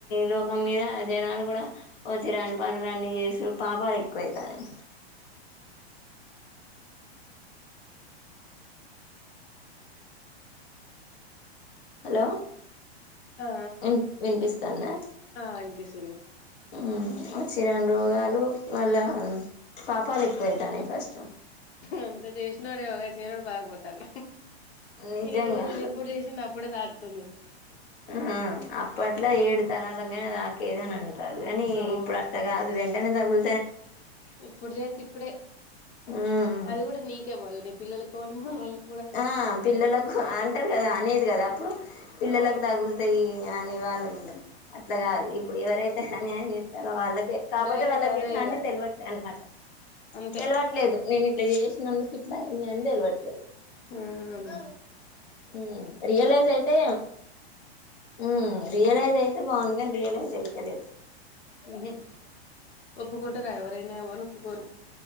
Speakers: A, on the left; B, on the left.
A: లోకం మీద జనాలు కూడా వచ్చేరాని పనులున్ని చేసారు పాపాలు ఎక్కువవు తన్నై హలో
B: ఆ
A: వి వినిపిస్తోందా
B: ఆ అనిపిస్తుంది
A: అ వచ్చి రాని రోగాలు వాళ్ళ పాప పాలికిపోయితానై ఫస్ట్
B: అంత చేసినాడే ఒకగా చేయనడు బాకపోతాడు
A: నిజంగా
B: ఈ రోజులు ఇప్పుడు చేసింది అప్పుడే తాకుత స్తుంది
A: ఆం అప్పట్లో ఏడు తరాలంగానే తక్ కేదానా అం అంటారు కాని
B: అవును
A: ఇప్పుడు అట్ట కాదు వెంట ఎన్ని డబ్బులు
B: ఇప్పుడు చేస్త ఇప్పుడే
A: ఉమ్
B: అది కూడా నీకే బల్డి పిల్లలకొ మనోళ్లకు
A: ఆ పిల్లలకు అంటారు కదా అనేది కదా అప్పుడు పిల్లలకు
B: అవును
A: తగులుతాయి కాని వాళ్ అట్లా కాదు ఇప్పుడు ఎవరైతే అన్యాయం చేస్తారలో వాళ్ళకే కాకపోతే
B: డైరెక్ట్
A: వాళ్ళకి
B: అదే
A: ఎట్లా
B: ఇగ
A: అంటే తెలవట్లే అనమాట
B: అంతే
A: తెలవట్లేదు నేను ఇట్లా చేస్ నన్ను ఇట్లా అయింది అని తెల్వట్లేదు
B: మ్మ్
A: మ్మ్ రియలైజ్ అయితే మ్మ్
B: అదే
A: రియలైజ్ అయితే బాగుండు కానీ రియలైజ్ అయి లేదు
B: ఇది ఒప్పుకుంటారా ఎవరైనా ఎవరు ఒప్పుకోరు